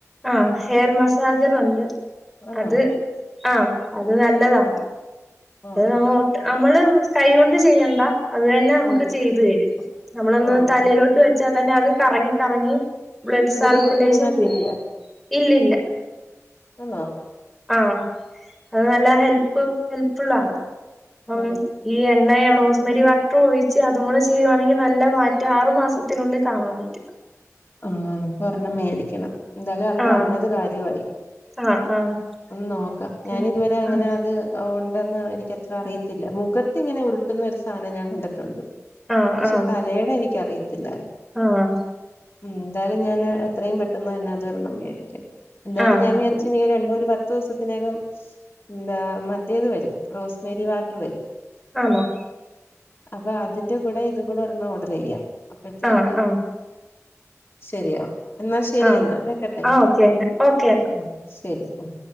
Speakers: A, in the centre; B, on the left (about 50°).
A: ആഹ് ഹെയർ മസാജറുണ്ട്
B: ആന്നോ
A: അത് ആഹ് അത് നല്ലതാണ്
B: ആഹ്
A: അത് നമ്മ
B: ആഹ്
A: ഒട്ട് നമ്മള് കയ്യോണ്ട് ചെയ്യണ്ട അത് തന്നെ നമുക്ക്
B: ഉം
A: ചെയ്തു വരും നമ്മളൊന്ന്
B: ആഹ്
A: തലയിലോട്ട്
B: ആഹ്
A: വെച്ചാ തന്നെ അത് കറങ്ങി കറങ്ങി ബ്ലഡ്
B: മുടി
A: സർക്കുലേഷൻ
B: പു- കുരുങ്ങത്തില്ലേ
A: കൂട്ടും ഇല്ലില്ല
B: അന്നോ
A: ആഹ് അത് നല്ല ഹെൽപ്പ് ഹെൽപ്ഫുള്ളാണ് അം
B: ഉം
A: ഈ എണ്ണയ റോസ്മെരി വട്ടർ ഒഴിച്ച് അതും കൂടി ചെയ്യുവാണെങ്കിൽ നല്ല മാറ്റം ആറു മാസത്തിനുള്ളിൽ കാണാ പറ്റും <unintelligible>
B: ആഹ് പൊ രെണ്ണം മേടിക്കണം എന്താലും അത്
A: ആഹ്
B: പറഞ്ഞത് കാര്യവായി
A: ആഹ് ആഹ്
B: ഒന്ന് നോക്കാം
A: ഓക്കെ
B: ഞാൻ ഇതുവരെ അങ്ങനെ
A: ആഹ്
B: അത് ഓണ്ടെന്ന് എനിക്ക ത്ര അറിയത്തില്ല മുഖത്തിങ്ങനെ ഉരുട്ടുന്ന ഒരു സാധനം ഞാൻ കണ്ടിട്ടുണ്ട്
A: ആഹ്
B: പക്ഷെ
A: ആഹ്
B: തലേടെ എനിക്കറിയത്തിലായിര്
A: ആഹ്
B: ഉംന്താലും ഞാന് എത്രയും പെട്ടെന്ന് തന്നെ അതൊരെണ്ണം മേടിക്കും എന്താലും
A: ആഹ്
B: ഞാൻ വേറെ ച്ച് നിരണ്ടു ഒരു പത്തൂസത്തിനകം എന്താ മറ്റേത് വരും റോസ് മെരി വാട്ടർ വരും
A: ആന്നോ
B: അപ്പൊ അതിന്റെ കൂടെ ഇതു കൂടെ ഒരെണ്ണം ഓർഡർ ചെയ്യാ അപ്പഴ്ത്തേക്ക്
A: ആഹ് ആഹ്
B: ശരിയാവർ എന്നാൽ ശരി
A: ആഹ്
B: എന്നാ വെക്കട്ടെ
A: ആഹ് ഓക്കെ എന്നാ ഓക്കെ എന്നാ
B: ഉം ശരി ഉം